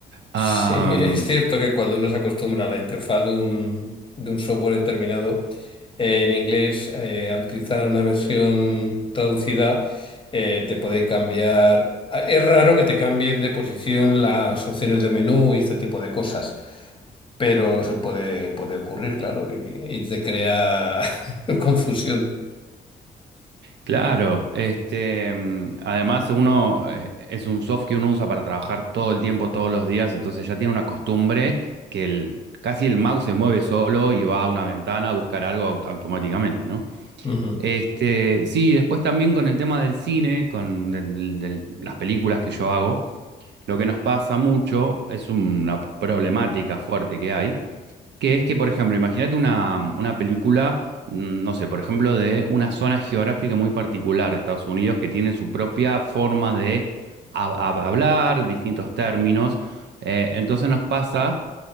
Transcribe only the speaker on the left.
Sí, <laughs> es cierto que cuando uno se acostumbra a la interfaz de un, de un software determinado, eh, en inglés, eh, al utilizar una versión traducida, eh, te puede cambiar. Es raro que te cambien de posición las opciones de menú y este tipo de cosas, pero se puede, puede ocurrir, claro, y, y te crea <laughs> confusión.
Ujú.